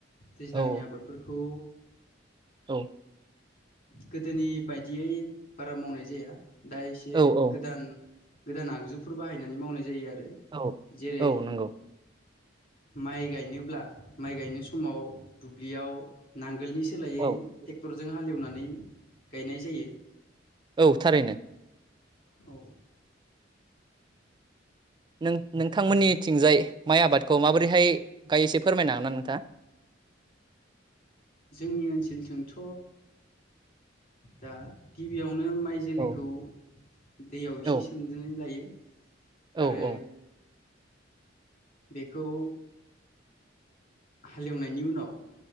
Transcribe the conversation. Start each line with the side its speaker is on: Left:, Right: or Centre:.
Left: दैज्लांनि
Right: औ
Left: आबादफोरखौ
Right: औ
Left: गोदोनि बायदियै बारा मावनाय जाया दा एसे
Right: औ औ
Left: गोदान गोदान आगजुफोर बाहायनानै मावनाय जायो आरो
Right: औ
Left: जेरै
Right: औ नंगौ
Left: माइ गायनोब्ला माइ गायनो समाव दुब्लियाव नांगोलनि सोलायै
Right: औ औ
Left: टे जों हालेवनानै गायनाय जायो।
Right: औ थारैनो।
Left: औ।
Right: नों नोंथां मोननिथिंजाय माइ आबादखौ माबोरैहाय गायो इसे फोरमायनो हागोन ना नोंथाङा? <inaudible>
Left: जोंनि ओनसोलथिंथ' दा गिबियाव यावनो माइ जोलैखौ
Right: औ
Left: दैयाव एसे
Right: औ
Left: सोमग्रोनानै लायो।
Right: औ
Left: आरो बेखौ हालेवनायनि उनाव